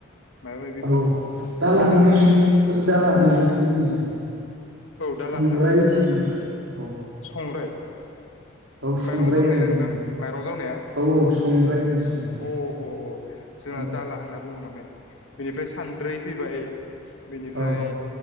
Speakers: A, on the left; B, on the right.
A: माबायदि?
B: औ दालाखौनो सों ओ दाला होनो नोंथांमोननिजों?
A: औ
B: संग्राय
A: दाला होनना बुङो
B: जोङो औ
A: संग्राय।
B: औ संग्राय
A: माइरं जावनाया
B: होनो जोंनि
A: नोंथां माइरं जावनाया?
B: औ औ संग्राय होनो संग्राय
A: अ अ अ जोंहा
B: औ
A: दाला होनना बुङो माने। बेनिफ्राय सानद्रै फैबाय बेनिफ्राय
B: औ